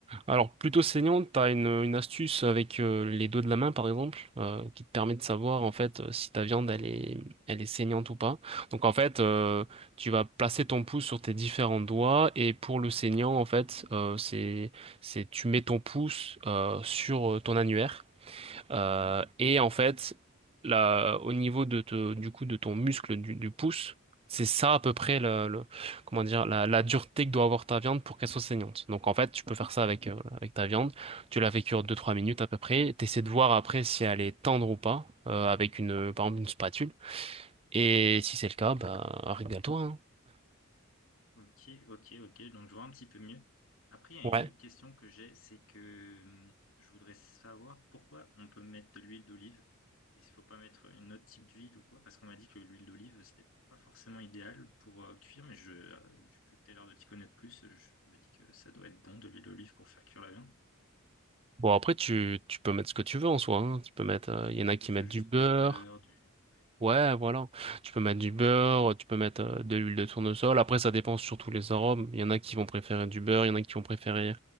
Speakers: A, on the right; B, on the left.
A: Alors, plutôt saignante, t'as une, une astuce avec euh, les dos de la main, par exemple, euh, qui te permet de savoir, en fait, euh, si ta viande, elle est, elle est saignante ou pas. Donc, en fait, euh, tu vas placer ton pouce sur tes différents doigts, et pour le saignant, en fait, euh, c'est, c'est, tu mets ton pouce euh, sur euh, ton annulaire. Euh,
B: Mhm.
A: et en fait, là, au niveau de te- du coup de ton muscle du, du pouce, c'est ça à peu près le, le- comment dire la, la dureté que doit avoir ta viande pour qu'elle soit saignante. Donc en fait, tu peux faire ça avec euh, voilà, avec ta viande. Tu la fais cuire deux trois minutes à peu près. T'essaies de voir après si elle est tendre ou pas euh, avec une par exemple une spatule. Et si c'est le cas, bah régale-toi. hein.
B: Ok, ok, ok. Donc, je vois un petit peu mieux. Après, il y a
A: Ouais.
B: une autre question que j'ai, c'est que hum, je voudrais savoir pourquoi on peut mettre de l'huile d'olive et s'il faut pas mettre une autre type d'huile ou quoi, parce qu'on m'a dit que l'huile d'olive, c'était pas forcément idéal pour euh, cuire, mais je, euh, vu que tu as l'air de t'y connaître plus, euh, je me dis que ça doit être bon de l'huile d'olive pour faire cuire la viande.
A: Bon après tu tu peux mettre ce que tu veux en soi. hein. Tu peux mettre, euh, il y en a qui
B: Il faut
A: mettent
B: juste
A: du beurre.
B: du beurre, du... Ouais, ok.
A: Ouais, voilà. Tu peux mettre du beurre, tu peux mettre euh, de l'huile de tournesol. Après, ça dépend surtout les arômes. Il y en a qui vont préférer du beurre, il y en a qui vont préférer